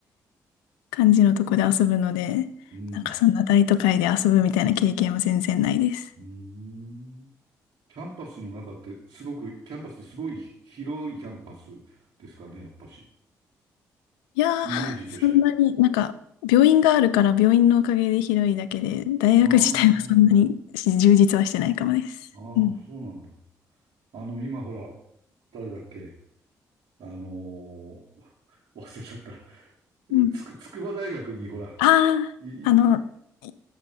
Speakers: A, on the left; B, on the right.
A: 感じのとこで遊ぶので、
B: うん。
A: なんかそんな大都会で遊ぶみたいな経験は全然ないです。
B: うーん。キャンパスの中ってすごく、キャンパスってすごいひ広いキャンパスですかね、やっぱし。
A: いやー、
B: イメージとして。
A: そんなに、なんか、病院があるから病院のおかげで広いだけで、大学自体はそんなに充実はしてないかもです。
B: ああ、ああ、
A: うん。
B: そうなんだ。あの、今ほら、誰だっけあのー忘れちゃった。
A: うん。
B: つく、筑波大学にほら、
A: ああ、
B: い、い、
A: あの、い